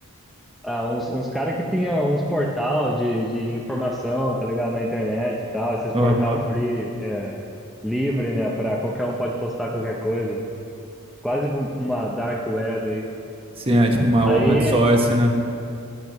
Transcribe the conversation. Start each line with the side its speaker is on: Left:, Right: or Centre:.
Centre: Ah, uns, uns caras que tinha uns portal de, de informação, tá ligado? Na internet e tal, esses
Right: Aham.
Centre: portal free, é, livre, né? Pra qualquer um pode postar qualquer coisa. Quase uma dark web aí.
Right: Sim, é tipo uma
Centre: Aí
Right: open source, né?